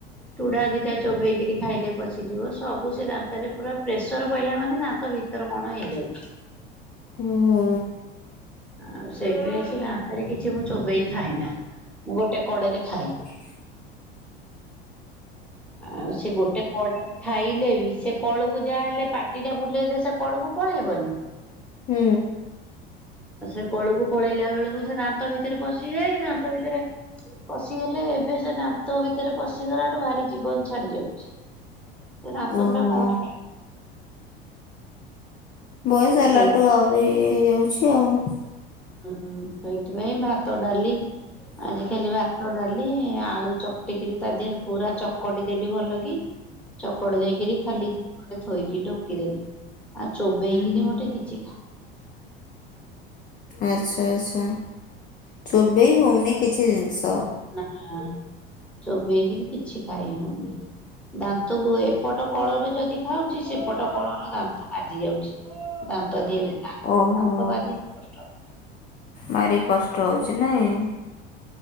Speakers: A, in the centre; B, on the left (about 30°).
A: ଚୁଡା ଦିଟା ଚୋବେଇକିରି ଖାଇଲେ ପଶି ସେ ଯିବ ସବୁ ସେ ଦାନ୍ତରେ ପୁରା ପ୍ରେସର ପଇଲା ମାନେ ଦାନ୍ତ ଭିତର କଣ ହେଇଯାଉଚି?
B: ଓହୋ।
A: ଆଉ ସେଥି ପାଇଁ ସେ ଦନ୍ତାରେ କିଛି ମୁଁ ଚୋବେଇ ଖାଏ ନା। ମୁଁ ଗୋଟେ କଡରେ ଖାଏ।
B: ହଁ
A: ଆଉ ସେ ଗୋଟେ କଡରେ ଖାଇଲେ ବି ସେ କଳୁକୁ ଯାହା ହେଲେ ପାଟି ଟା ବୁଲେଇଲେ ସେ କଳକୁ ପଳେଇବନି?
B: ହୁଁ।
A: ଆଉ ସେ କଳୁକୁ ପଳେଇଲା ବେଳକୁ ସେ ଦାନ୍ତ ଭିତରେ ପଶିଯାଏ। ଦାନ୍ତ ଭିତରେ ପଶିଗଲେ ଏବେ ସେ ଦନ୍ତ ଭିତରେ ପଶିଗଲାଠୁ ଭାରି ଜୀବନ ଛାଡି ଯାଉଚି। ସେ ଦନ୍ତ
B: ଓହୋ
A: ପୁରା କଣ ହେ
B: ବୟସ
A: ଆଉ
B: ହେଲାଠୁ
A: ସେଇ
B: ଆହୁରି ଇଏ ହେଇଯାଉଚି ଆଉ।
A: ହୁଁ ସେଇଥିପାଇଁ ଭାତ, ଡାଲି ଆଜି ଖାଲି ଭାତ, ଡାଲି, ଆଳୁ ଚକଟିକିରି ତା ଦେହରେ ପୁରା ଚକଟି ଦେଲି ଭଲ କି
B: ହ <inaudible>
A: ଚକଡ଼ି ଦେଇକିରି ଖାଲି ଜିଭରେ ଥୋଇକି ଢକିଦେଲି। ଆଉ ଚୋବେଇକିରି
B: ହୁଁ ହୁଁ
A: ମୋଟେ କିଛି ଖା
B: ଆଚ୍ଛା ଆଚ୍ଛା ଚୋବେଇ ହଉନି କିଛି ଜିନିଷ?
A: ନାଁ। ଚୋବେଇକିରି କିଛି ଖାଇହଉନି। ଦାନ୍ତକୁ ଏପଟ କଳରେ ଯଦି ଦେ ହଉଛି ସେପଟ କଳର ଦାନ୍ତ ବାଜି ଯାଉଛି। ଦାନ୍ତ ଦିରେ ଦାନ୍ତରେ
B: ଓହୋ
A: ଦାନ୍ତ ବାଜିଲେ କଷ୍ଟ ହବ।
B: ଭାରି କଷ୍ଟ ହଉଚି ନାଇଁ?